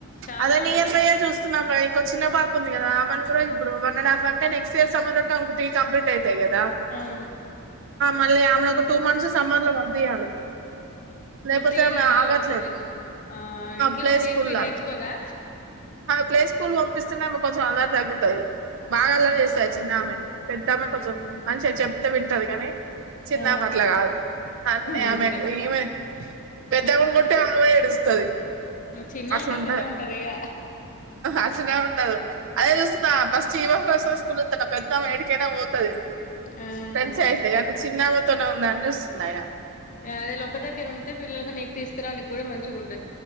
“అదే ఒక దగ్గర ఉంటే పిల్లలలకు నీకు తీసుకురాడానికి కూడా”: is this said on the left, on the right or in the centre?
Left